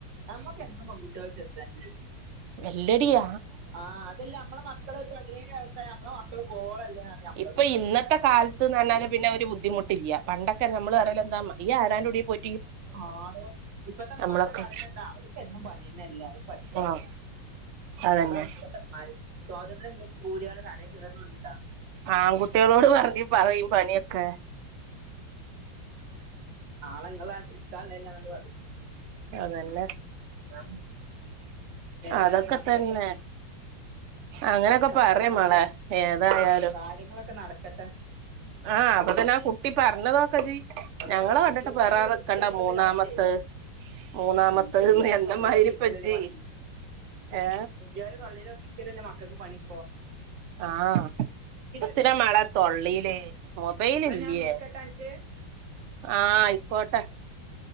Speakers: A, on the right (about 65°); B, on the right (about 85°).
A: ഞമ്മക്കെന്നും പെൺകുട്ടേൽ ചേരുത്ന്നെടി..
B: അല്ലടിയ
A: ആഹ് അതല്ല നമ്മളെ മക്കൾ പതിനേഴു വയസായ നമ്മളെ മക്കള് പോകോ ഇല്ലിയോ അറിയാ
B: ഇപ്പൊ ഇന്നത്തെ കാലത്ത്ന്ന് പറഞ്ഞാല് പിന്നെ ഒരു ബുദ്ധിമുട്ടില്ല. പണ്ടൊക്കെ നമ്മള് പറല്ല എന്താ ഈ ആരാന്റെൂടി പോയി
A: ആടോ ഇപ്പത്തെമാര്
B: നമ്മളൊക്കെ
A: പറയുന്നണ്ടോ അവർക്ക്ന്നും പണിയുന്നല്ലേ അവര് പഠിച്ചോട്ടെ
B: ആഹ് അതന്നെ
A: അതാണ് ഇപ്പത്തെ കാൽ സ്വാതന്ത്ര്യം കൂടിയണ തലേകേരണ് ട്ടാ..
B: ആൺ കുട്ടികളോട് പറഞ്ഞ് പറയും പണിയൊക്കെ
A: നാളെ ഇങ്ങള് <unintelligible> പറയും
B: അതല്ലെ
A: അപ്പം ഏതായാലും
B: അതൊക്കെ
A: നടക്കട്ടെ
B: തന്നെ അങ്ങനെയൊക്കെ
A: കാര്യങ്ങളൊക്കെ
B: പറും മാളെ ഏതായാലും
A: കാര്യങ്ങളൊക്കെ നടക്കട്ടെ
B: ആഹ് അപ്പൊ തന്നെ ആ കുട്ടി പറഞ്ഞതോക്കെ ജി
A: അതന്നെ
B: ഞങ്ങളെ
A: പറഞ്ഞെ
B: കണ്ടിട്ട്
A: കുട്ടികൾക്ക്
B: പെറാൻ
A: ഭയങ്കര
B: നിക്കണ്ട
A: ബുദ്ധിയാണ് ഇപ്പത്തെ
B: മൂന്നാമത്ത്
A: കാലത്തെ
B: മൂന്നാമത്ത
A: ഉം വല്ല്യോരെ
B: എന്നാമയിരിപ്പജ്ജി
A: തൊള്ളേല് നോക്കിയിരിക്കലല്ലേ പണി
B: ഏ
A: വല്ല്യോരെ തൊള്ളീ നോക്കി ഇരിക്കലല്ലേ മക്കൾക്ക് പണിയിപ്പോ
B: ആഹ എത്തിന
A: അല്ലേ
B: മളെ തൊള്ളീൽ മൊബൈൽ
A: എന്നാ
B: ഇല്ലേ
A: ഞാൻ വിളിക്കട്ടാ അൻക്ക്
B: ആ ആയിക്കോട്ടെ